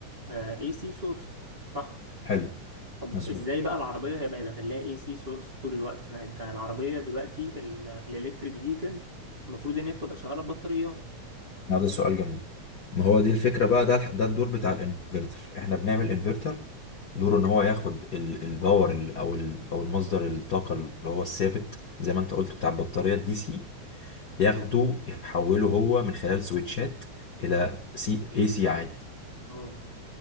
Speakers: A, on the right (about 30°); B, on the left (about 55°).
A: آه AC سورس صح
B: حلو
A: طب
B: مظبوط
A: ازاي بقى العربية هيبقى داخل لها AC سورس طول الوقت ما انت العربية دلوقتي الالكتريك فيكل المفروض ان هي بتبقى شغالة ببطاريات
B: ما ده سؤال جميل ما هو دي الفكرة بقى ده الح- ده الدور بتاع الانفرتر احنا بنعمل انفرتر دوره ان هو ياخد ال- الباور ال- او ال- او المصدر الطاقة اللي هو الثابت زي ما انت قلت بتاع البطارية الدي سي ياخده يحوله هو من خلال سويتشات الى سي اي سي عادي
A: اه